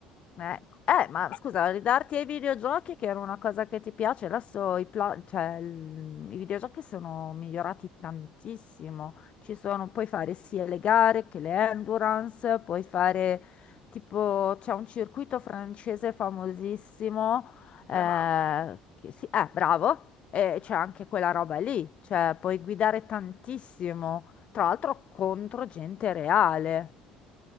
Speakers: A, on the left; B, on the left.
A: Eh, eh, ma
B: Ah,
A: scusa, ridarti ai videogiochi che era una cosa che ti piace, adesso i, pla- cioè, il- i videogiochi sono migliorati tantissimo. Ci sono, puoi fare sia le gare che le endurance, puoi fare tipo, c'è un circuito francese famosissimo, eh,
B: le mani.
A: che si- eh, bravo, e c'è anche quella roba lì, cioè puoi guidare tantissimo, tra l'altro contro gente reale.